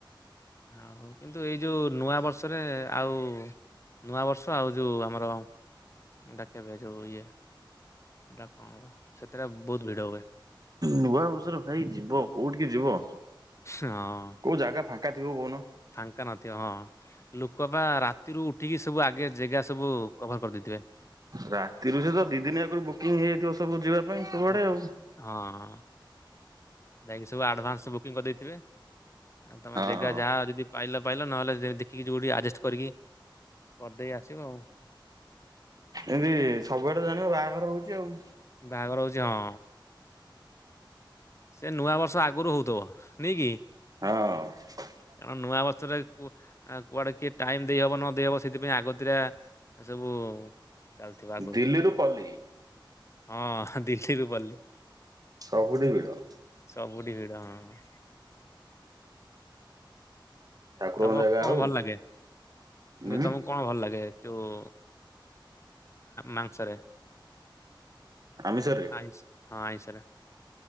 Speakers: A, on the left; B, on the right.
A: ଆଉ ହଉ କିନ୍ତୁ ଏଇ ଯୋଉ ନୂଆ ବର୍ଷରେ ଆଉ ନୂଆ ବର୍ଷ ଆଉ ଯୋଉ ଆମ ଆର ଡାକବେଜ ଇଏ ଏଟା କର ସେଥିରେ ବହୁତ ଭିଡ଼ ହୁଏ।
B: ନୂଆ ବର୍ଷରେ ଭାଇ ଯିବ କୋଉଠିକି ଯିବ?
A: ହଁ।
B: କୋଉ ଜାଗା ଫାଙ୍କା ଥିବ କହୁନ?
A: ଫାଙ୍କା ନଥିବ ହଁ। ଲୋକପା ରାତିରୁୁ ଉଠିକି ସବୁ ଆଗେ ଜାଗା ସବୁ କଭର କରିଦେଇଥିବେ।
B: ରାତିରୁ ସେ ତ ଦି ଦିନି ଆଗରୁ ବୁକିଂ ହେଇଯାଇଥିବ ସବୁ ଯିବା ପାଇଁ ସବୁଆଡେ
A: ବୁକ୍
B: ଆଉ।
A: ହଁ ହଁ। ଯାଇକି ସବୁ ଆଡ଼ଭାନ୍ସ ବୁକିଂ କରିଦେଇଥିବେ। ଆଉ ତୁମେ
B: ହଁ।
A: ଜାଗା ଯାହା ଯଦି ପାଇଲ ପାଇଲ ନହେଲେ ଦେଖିକି ଯେଉଁଠି ଆଡ଼ଜଷ୍ଟ କରିକି କରିଦେଇ ଆସିବ ଆଉ।
B: ଏମତି ସବୁଆଡେ ତ ଜାଣିବ ବାହାଘର ହଉଛି ଆଉ।
A: ବାହାଘର ହଉଛି ହଁ। ସେ ନୂଆବର୍ଷ ଆଗରୁ ହେଉଥିବ ନେଇହି କି?
B: ହଁ।
A: କାରଣ ନୂଆ ବର୍ଷରେ କୁଆଡେ କିଏ ଟାଇମ ଦେଇହବ ନ ଦେଇହବ ସେଥିପାଇଁ ଆଗତିରେ ଏସବୁ ଚାଲିଥିବା ଆଗରୁ
B: ଦିଲ୍ଲୀରୁ ପଲ୍ଲୀ
A: ହଁ। ଦିଥିରୁ ପଲି।
B: ସବୁଠି ଭିଡ଼।
A: ସବୁଠି ଭିଡ ହଁ।
B: ଠାକୁରଙ୍କ
A: ତମକୁ
B: ଜାଗା
A: କଣ
B: ହଉ
A: ଭଲ ଲାଗେ।
B: ଉଁ
A: ତମକୁ କ ଣ ଭଲ ଲାଗେ ଯେଉଁ ମାଂସରେ?
B: ଆମିଷରେ
A: ଆ ହଁ ଆଇଷରେ।